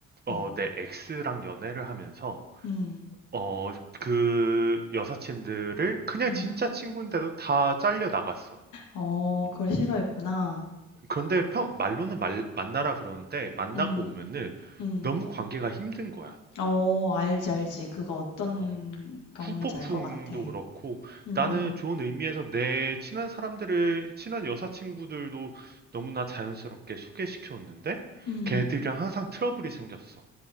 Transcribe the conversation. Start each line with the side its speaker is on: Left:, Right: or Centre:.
Right: 어,
Left: 음.
Right: 내 엑스랑 연애를 하면서,
Left: 음.
Right: 어, 그 여사친들을 그냥
Left: 음.
Right: 진짜 친구인데도 다 잘려 나갔어.
Left: 어 그걸 싫어했구나.
Right: 그런데 평, 말로는 말- 만나라 그러는데 만나고
Left: 음.
Right: 오면은
Left: 음.
Right: 너무 관계가 힘든 거야.
Left: 어 알지, 알지. 그거 어떤
Right: 어,
Left: 경험인지
Right: 후폭풍도
Left: 알 것 같아.
Right: 그렇고
Left: 음음음.
Right: 나는
Left: 음. 음.
Right: 좋은 의미에서 내 친한 사람들을 친한 여사친구들도 너무나 자연스럽게 소개시켜줬는데
Left: 음.
Right: 걔들이랑 항상 트러블이 생겼어.